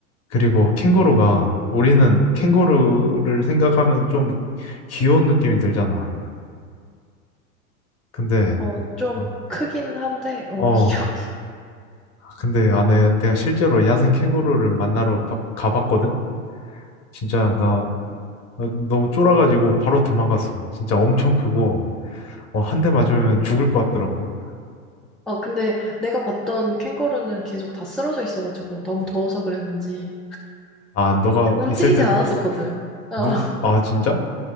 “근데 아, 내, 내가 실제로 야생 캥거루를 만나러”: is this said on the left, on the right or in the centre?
Left